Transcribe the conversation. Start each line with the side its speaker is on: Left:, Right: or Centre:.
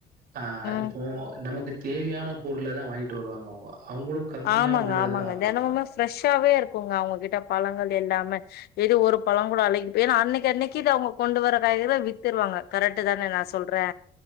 Right: ஆ
Left: ம்
Right: இப்போ நமக்கு தேவையான பொருளை தா வாங்கிட்டு வருவாங்க அவங்க அவங்களு கம்மியா
Left: ஆமாங்க
Right: உள்ளதுதா
Left: ஆமாங்க
Right: வாங்குவாங்க
Left: தினமுமே ஃப்ரெஷ்ஷாவே இருக்குங்க அவங்ககிட்ட பழங்கள் எல்லாமே ஏதோ ஒரு பழம் கூட அழைகி போ ஏன்னா அன்னைக்கு அன்னைக்கு இத அவங்க கொண்டு வரற காய்கறிய வித்துருவாங்க கரெக்ட் தானே நா சொல்றே